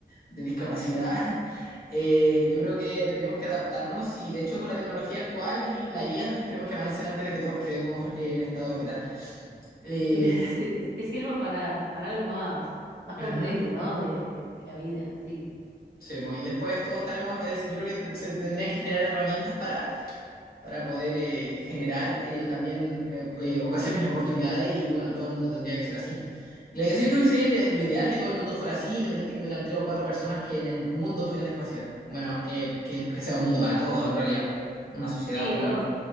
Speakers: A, on the left; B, on the right.
A: de discapacidad, <laughs> eh, yo creo que tendríamos que adaptarnos y de hecho con la tecnología actual y la IA, esperemos que avancen antes de que todos quedemos en estado vegetal. Eh,
B: <laughs> sí, que sirva para, para algo más, más
A: <laughs>
B: concreto,
A: ajá.
B: ¿no? De, de, de la vida, sí.
A: Sí, pues, y después todos tenemos, es, yo creo que te- se tendrían que generar herramientas para, para poder eh, generar eh, también eh, eh, ocasiones, oportunidades y bueno, todo el mundo tendría que ser así. <laughs> Le- Yo creo que sería lo ideal que todo el mundo fuera así, independiente que hubieran tres o cuatro personas que en el mundo tuvieran discapacidad. Bueno, eh, que, que sea un mundo para todos, en realidad. Una sociedad,
B: Sí,
A: por lo
B: o-
A: menos.